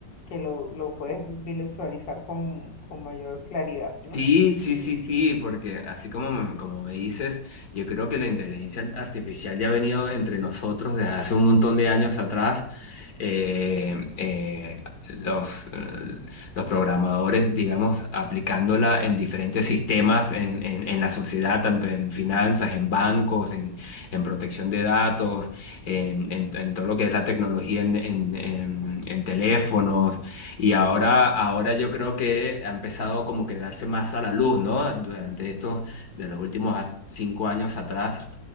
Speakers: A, on the left; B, on the left.
A: que lo, lo puedes visualizar con, con mayor claridad, ¿no?
B: Sí, sí,
A: Sí,
B: sí, sí, porque así como, me- como me dices, yo creo que la inteligencia artificial ya ha venido entre nosotros desde hace un montón de años atrás. Eh, eh, los, eh, los programadores, digamos, aplicándola en diferentes sistemas en, en- en la sociedad, tanto en finanzas, en bancos, en, en protección de datos, en, en- en todo lo que es la tecnología en, en en- en teléfonos y ahora, ahora yo creo que ha empezado como que darse más a la luz, ¿no? Durante estos, de los últimos a- cinco años atrás,